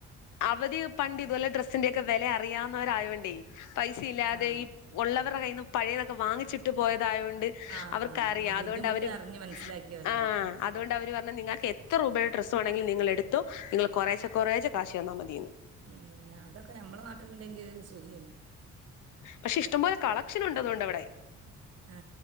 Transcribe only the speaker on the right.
ആ
ആ
ആ ബുദ്ധിമുട്ട്
അറിഞ്ഞ് മനസ്സിലാക്കിയവരാണ്
ഉം.
മം അതൊക്കെ നമ്മുടെ നാട്ടിലുണ്ടെങ്കിൽ സുഖനി
ആ